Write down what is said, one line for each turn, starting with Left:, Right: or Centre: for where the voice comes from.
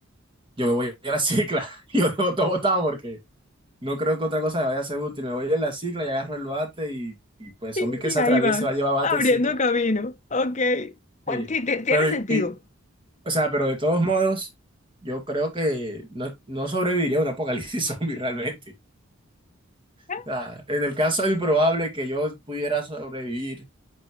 Right: Yo me voy a la cicla, <laughs> y yo dejo todo botado porque No creo que otra cosa me vaya a ser útil. Me voy en la cicla y agarro el bate y, y, pues
Left: Y
Right: zombie que se
Left: ahí
Right: atraviese
Left: va,
Right: va a llevar bate
Left: abriendo
Right: y cicla.
Left: camino. Ok. Bueno,
Right: Sí.
Left: ti- ti- tiene
Right: Pero, y,
Left: sentido.
Right: y- o sea, pero de todos modos, yo creo que no, no sobreviviría a un apocalipsis <laughs> zombie realmente.
Left: <laughs>
Right: O sea, en el caso improbable que yo pudiera sobrevivir,